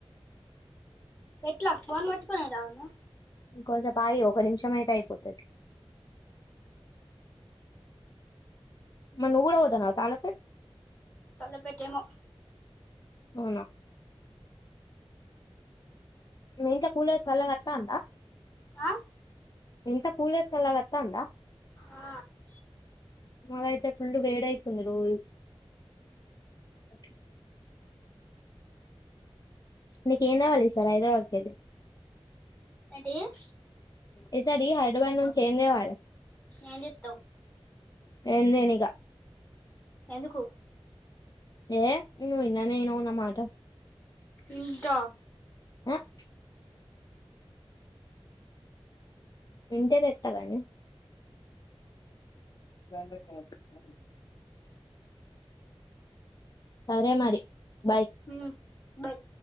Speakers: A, on the left; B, on the left.
A: ఎట్లా ఫోన్ బట్కోనే రావల్నా.?
B: కొంసెపాయి ఒక నిమిషమైతే అయిపోతది. మర్ నువ్వు గూడ బొతానవ <unintelligible>
A: తలపేట్టెమె.
B: అవునా. ! మీ ఇంట్ల కూలర్ సళ్ళగత్తందా.? !
A: అ.
B: మీ ఇంట్ల కూలర్ సలాగత్తందా.?
A: ఆ
B: మాదైతే ఫుల్లు వేడైతుంది రోజూ. ఓకే నీకెం దెవాలి ఈ సారీ హైద్రాబాద్కెల్లి.?
A: ఏంటీ.? !
B: ఈ సాడీ హైద్రాబాద్ నుంచి ఏం దెవలె.?
A: ఏం దెత్తవ్.?
B: ఏందేనిగా.
A: ఎందుకు.?
B: ఏ నువ్వు ఇన్ననే ఇన్నావు నా మాట.
A: ఇంటా.?
B: ఆక్. ఇంటే దెత్తగని. <inaudible> సరే మరి. బాయ్
A: హూ బాయ్.